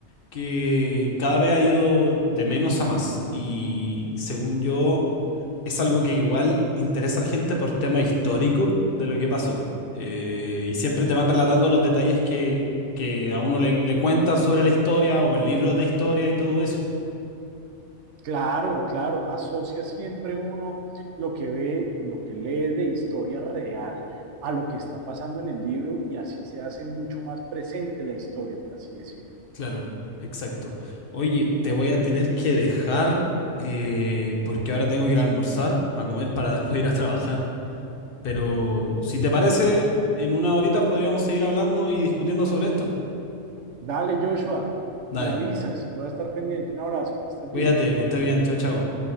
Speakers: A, on the left; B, on the right.
A: que cada vez ha ido de menos a más. Y según yo, es algo que igual interesa a la gente por tema histórico de lo que pasó. Eh, y siempre te van relatando los detalles que, que a uno le, le cuentan sobre la historia o en libros de historia y todo eso.
B: Claro, claro, asocia siempre uno lo que ve y lo que lee de historia real a lo que está pasando en el libro y así se hace mucho más presente la historia, por así decirlo.
A: Claro, exacto. Oye, te
B: Oye,
A: voy a tener que dejar eh, porque ahora tengo que ir a almorzar, a comer para <laughs> después ir a trabajar. Pero si te parece, en unas horitas podríamos seguir hablando y discutiendo sobre esto.
B: dale, Joshua,
A: Dale,
B: me avisas, voy a estar pendiente. Un abrazo, que estés
A: cuídate,
B: bien.
A: que estés bien. Chao, chao.